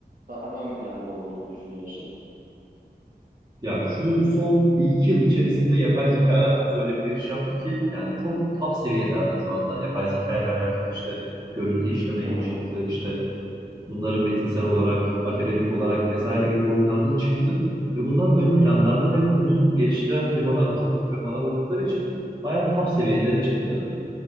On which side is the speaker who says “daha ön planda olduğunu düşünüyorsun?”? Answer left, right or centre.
Right